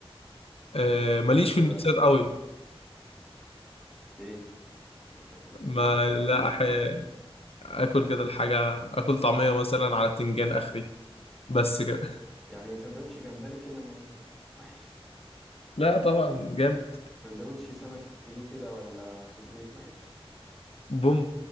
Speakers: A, on the left; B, in the centre.
A: أه
B: سندوتش يكون
A: ماليش
B: كده
A: في الميكسات قوي
B: ليه السندوتشات المفروض
A: ما
B: انها حلوة
A: لا أح... اكل كده الحاجة اكل طعمية مثلا على بتنجان اخري بس كده
B: يعني سندوتش جمبري كده ما ي... وحش
A: لا طبعا جامد
B: سندوتش سمكة فيليه كده ولا صبيت وحش
A: بوم